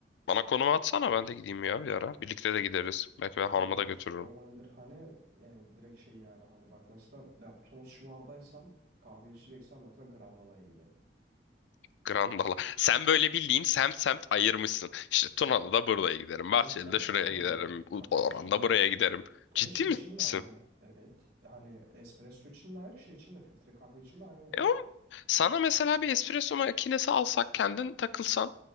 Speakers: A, on the left; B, on the right.
A: Bana konumu atsana ben de gideyim ya bir ara. Birlikte de gideriz. Belki ben
B: Olabilir.
A: hanıma da götürürüm.
B: Olabilir. Hani e, direkt şey yani hani bak mesela ya Tunus civardaysam kahve içeceksem mesela Grandala'ya giderim.
A: Grandala. Sen böyle bildiğin semt semt ayırmışsın. İşte Tuna'da da buraya giderim. Bahçeli'de
B: Ay, Gerçekten
A: şuraya giderim.
B: öyle. Bak
A: Orhan'da
B: gerçekten öyle.
A: buraya giderim. Ciddi
B: Ve şey için de
A: misin?
B: ayrı. Evet. Yani espresso için de ayrı, şey için de filtre kahve için de ayrı yani.
A: E oğlum, sana mesela bir espresso makinesi alsak kendin takılsan.